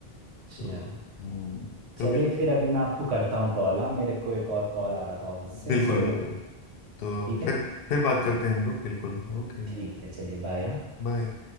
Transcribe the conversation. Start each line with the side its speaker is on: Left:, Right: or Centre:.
Right: अच्छा
Left: तो हम्म, तो
Right: चलिए
Left: बिल्कुल
Right: फिर अभी मैं आपको करता हूँ कॉल हाँ मेरे को एक और कॉल आ रहा था ऑफिस से
Left: बिल्कुल
Right: सो
Left: बिल्कुल तो
Right: ठीक है
Left: फिर फिर बात करते हैं हम लोग बिल्कुल ओके
Right: ठीक है चलिए बाय
Left: बाय